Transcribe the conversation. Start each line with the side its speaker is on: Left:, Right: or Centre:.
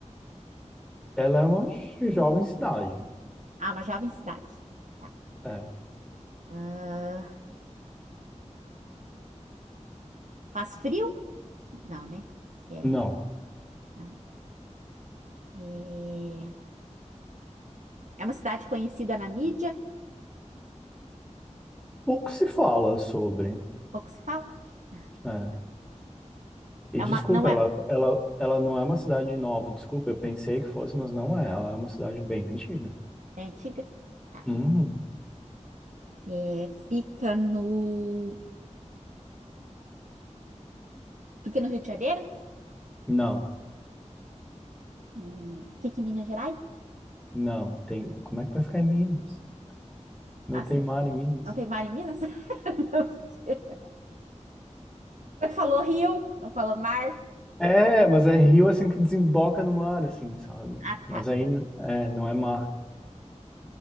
Centre: Ela é uma jovem cidade.
Right: Ah, uma jovem cidade. Tá.
Centre: É.
Right: Ah, faz frio? Não, né? Se é,
Centre: Não.
Right: não. É... é uma cidade conhecida na mídia?
Centre: Pouco se fala sobre.
Right: Pouco se fala? Ah,
Centre: É.
Right: então.
Centre: E
Right: É
Centre: desculpa,
Right: uma, não é,
Centre: ela, ela, ela não é uma cidade nova. Desculpa, eu pensei que fosse, mas não é. Ela é uma cidade bem antiga.
Right: é antiga? Tá.
Centre: Uhum.
Right: É, fica no, fica no Rio de Janeiro?
Centre: Não.
Right: Hum, fica em Minas Gerais?
Centre: Não, tem. Como é que vai ficar em Minas? Não
Right: Ah,
Centre: tem
Right: sei.
Centre: mar em Minas.
Right: Não tem mar em Minas? <laughs> Não sei. Mas tu falou rio, não falou mar.
Centre: É, mas é rio assim que desemboca no mar, assim, sabe?
Right: Ah,
Centre: Mas
Right: tá.
Centre: aí é, não é mar.